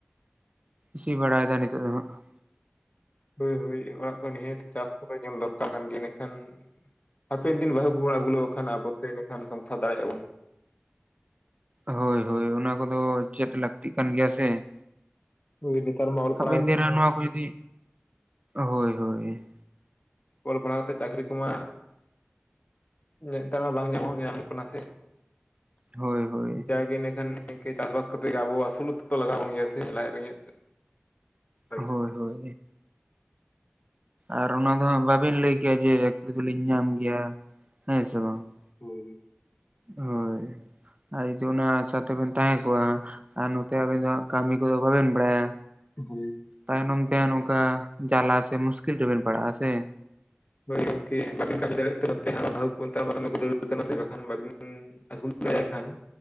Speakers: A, on the right (about 30°); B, on the left (about 40°).
A: ᱥᱤ ᱵᱟᱲᱟᱭ ᱫᱟ ᱱᱤᱛᱚᱜ ᱫᱚ ᱦᱟᱸᱜ ᱾
B: ᱦᱳᱭ ᱦᱳᱭ ᱚᱲᱟᱜ ᱠᱚ ᱱᱤᱦᱟᱹᱛ ᱪᱟᱥ ᱠᱚᱫᱚ ᱧᱮᱞ ᱫᱚᱨᱠᱟᱨ ᱠᱟᱱ ᱜᱮᱭᱟ ᱤᱱᱟᱹ ᱠᱷᱟᱱ ᱦᱟᱯᱮᱱ ᱫᱤᱱ ᱵᱟᱹᱦᱩ ᱠᱚᱵᱚ ᱟᱹᱜᱩ ᱞᱮᱠᱚ ᱠᱷᱟᱱ ᱟᱵᱚᱛᱮ ᱤᱱᱟᱠᱷᱟᱱ ᱥᱚᱝᱥᱟᱨ ᱫᱟᱲᱮᱭᱟᱜᱼᱟ ᱵᱚᱱ᱾
A: ᱦᱳᱭ ᱦᱳᱭ ᱚᱱᱟ ᱠᱚᱫᱚ ᱪᱮᱫ ᱞᱟᱹᱠᱛᱤᱜ ᱠᱟᱱ ᱜᱮᱭᱟ ᱥᱮ ᱾
B: ᱦᱳᱭ ᱱᱮᱛᱟᱨ ᱢᱟ ᱚᱞ
A: ᱦᱟᱯᱮᱱ
B: ᱯᱟᱲᱦᱟᱣ
A: ᱫᱤᱱ
B: ᱠᱟᱛᱮ
A: ᱨᱮ
B: ᱢᱟ
A: ᱱᱚᱣᱟ ᱠᱚ ᱡᱩᱫᱤ ᱦᱳᱭ ᱦᱳᱭ ᱾
B: ᱚᱞ ᱯᱟᱲᱦᱟᱣ ᱠᱟᱛᱮᱫ ᱪᱟᱹᱠᱨᱤ ᱠᱚᱢᱟ ᱱᱮᱛᱟᱨ ᱢᱟ ᱵᱟᱝ ᱧᱟᱢᱚᱜ ᱧᱟᱢᱚᱜ ᱠᱟᱱᱟ ᱥᱮ ᱾
A: ᱦᱳᱭ ᱦᱳᱭ
B: ᱡᱟᱜᱮ ᱮᱱᱮᱠᱷᱟᱱ, ᱱᱤᱱᱝᱠᱟᱹ ᱪᱟᱥᱵᱟᱥ ᱠᱟᱛᱮᱜ ᱜᱮ ᱟᱵᱚ ᱟᱥᱩᱞᱚᱜ ᱫᱚ ᱞᱟᱜᱟᱣ ᱵᱚᱱ ᱜᱮᱭᱟ ᱥᱮ ᱞᱟᱡ ᱨᱮᱸᱜᱮᱡ ᱞᱟᱹᱜᱤᱫ
A: ᱦᱳᱭ ᱦᱳᱭ᱾ ᱟᱨ ᱚᱱᱟ ᱫᱚ ᱦᱟᱸᱜ ᱵᱟᱵᱤᱱ ᱞᱟᱹᱭ ᱠᱮᱭᱟ ᱡᱮ ᱪᱟᱹᱠᱨᱤ ᱫᱚᱞᱤᱧ ᱧᱟᱢ ᱜᱮᱭᱟ ᱦᱮᱸ ᱥᱮ ᱵᱟᱝ ᱾
B: <unintelligible>
A: ᱦᱳᱭ ᱟᱨ ᱡᱫᱤ ᱚᱱᱟ ᱟᱥᱟ ᱛᱮᱵᱮᱱ ᱛᱟᱦᱮᱸ ᱠᱚᱜᱼᱟ᱾ ᱟᱨ ᱱᱚᱛᱮ ᱟᱹᱵᱤᱱ ᱫᱚ ᱦᱟᱸᱜ ᱠᱟᱹᱢᱤ ᱠᱚᱫᱚ ᱵᱟᱵᱤᱱ ᱵᱟᱲᱟᱭᱟ᱾
B: <unintelligible>
A: ᱛᱟᱭᱱᱚᱢ ᱛᱮ ᱱᱚᱝᱠᱟ ᱡᱟᱞᱟ ᱥᱮ ᱢᱩᱥᱠᱤᱞ ᱨᱮᱵᱮᱱ ᱯᱟᱲᱟᱜ-ᱟ ᱥᱮ᱾
B: ᱦᱳᱭ ᱜᱚᱝᱠᱮ ᱵᱟᱹᱞᱤᱧ ᱠᱟᱹᱢᱤ ᱫᱟᱲᱮᱭᱟᱜ ᱛᱮ ᱱᱚᱛᱮ ᱦᱟᱸᱜ ᱵᱟᱹᱦᱩ ᱠᱚ <unintelligible> ᱵᱟᱹᱵᱤᱱ ᱠᱷᱟᱱ